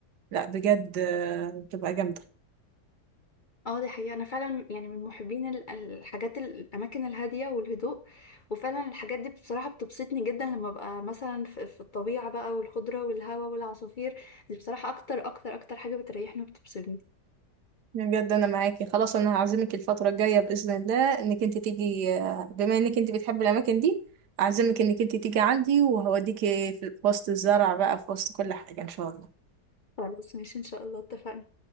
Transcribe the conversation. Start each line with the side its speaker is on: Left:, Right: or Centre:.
Right: لا بجد آه، بتبقى جامده
Left: اه دي حقيقة انا فعلا يعني من محبين ال- الحاجات ال- الاماكن الهادية والهدوء وفعلا الحاجات دي بصراحة بتبسطني جدا لما ببقى مثلا في في الطبيعة بقى والخضرة والهواء والعصافير دي بصراحة اكتر اكتر اكتر حاجة بتريحني وبتبسطني
Right: بجد انا معاكي خلاص انا هعزمك الفتره الجايه باذن الله انك انت تيجي آه، بما انك انت بتحبي الاماكن دي اعزمك انك انت تيجي عندي وهوديكي في في وسط الزرع بقى في وسط كل حاجه ان شاء الله
Left: خلاص ماشي ان شاء الله اتفقنا